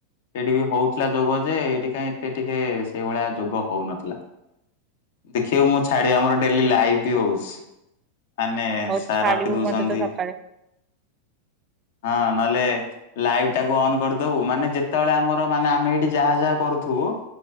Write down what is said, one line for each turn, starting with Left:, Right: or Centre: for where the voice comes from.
Left: ସେଇଠି ବି ହଉଥିଲା ଯୋଗ। ଯେ ଏଇଠି କାଇଁ ଏତେ ଟିକେ ସେଇଭଳିଆ ଯୋଗ ହଉନଥିଲା। ଦେଖିବ ମୁଁ ଛାଡିବି ଆମର ଡେଲି ଲାଇଭ ବି ହଉଚି। ମାନେ
Right: ହଉ
Left: ସାର୍
Right: ଛାଡିବୁ
Left: ରଖି ଦଉଚନ୍ତି
Right: ମତେ ତ ସକାଳେ
Left: ହଁ ନହେଲେ ଲାଇଭ ଟାକୁ ଅନନ୍ କରିଦବୁ ମାନେ ଯେ ଯେତେବେଳେ ଆମର ମାନେ ଆମେ ଏଇଠି ଯାହା ଯାହା କରୁଥୁବୁ